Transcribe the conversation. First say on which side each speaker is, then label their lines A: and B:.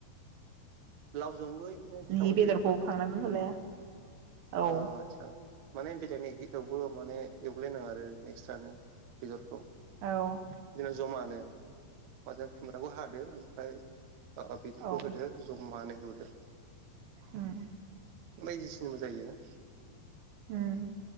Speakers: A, on the right; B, on the right.
A: लावजोंबो इखोनो गोथावानो
B: जि बेदरखौ
A: जायो नामाथाय?
B: खांना दोनथ'लाया औ
A: ओ आदसा माने बेलेगनि गिदावबो माने। एवग्लायनाङा आरो नेक्सट्रानो बेदरखौ।
B: ह ओ
A: बिदिनो जमानो माजों खुमब्राखौ हादो ओमफ्राय बेदरखौ
B: औ
A: होदो मानै एवदो
B: उम
A: बायदिसिनबो जायो
B: ओम